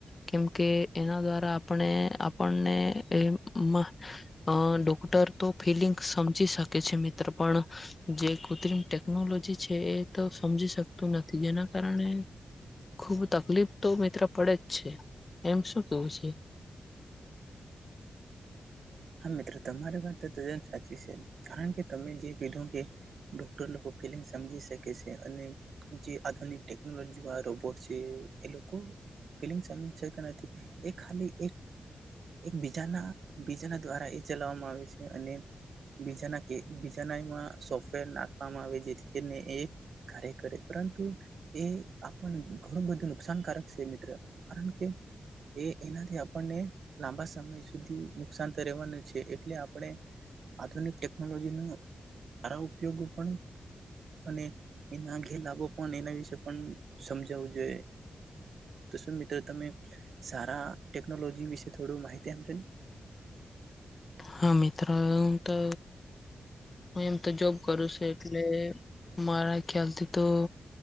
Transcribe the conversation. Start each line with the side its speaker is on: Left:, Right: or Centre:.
Left: કેમકે એના દ્વારા આપણે આપણને અ ડોક્ટર તો ફિલિંગ્ સમજી શકે છે મિત્ર પણ જે કૃત્રિમ ટેકનોલોજી છે એ તો સમજી શકતું નથી જેના કારણે ખુબ તકલીફ તો મિત્ર પડે જ છે એમ શું કેવું છે?
Right: હા તમારી વાત સાચી છે કારણ કે તમે જે કીધો કે ડોક્ટર ફલ સમજી શકે છે અને જે આધુનિક ટેકનોલોજી રોબોટ છે એ લોકો ફ સમકતા નથી એ ખાલીજાના બ દ્વારા એ ચલાવવામાં આવે છે અને બીજાના બીજાનામાં સોફ્ટવેર નાખવામાં આવે જેથી કાર્ય કરે પરંતુ એ આપ ઘણું બધું નુકસાનકારક છે મિત્ર કારણ કે એ એનાથી આપણને લાંબા સમય સુધી નુકસાન વા એટલે આપણે આધુનિક ટેકનોલોજી ન સારા ઉપયોગો પણ અને એના ઘે લાભો પણ એના વિશે પણ સમજાવું જોઈએ તો શ મિત્રો તમે સારા ટેકનોલોજી વિશે થોડું માહિતી આપશો ને.
Left: હા મિત્રોમ તો હું એમ તો જોબ કરું છ એટલે મારા ખ્યાલથી તો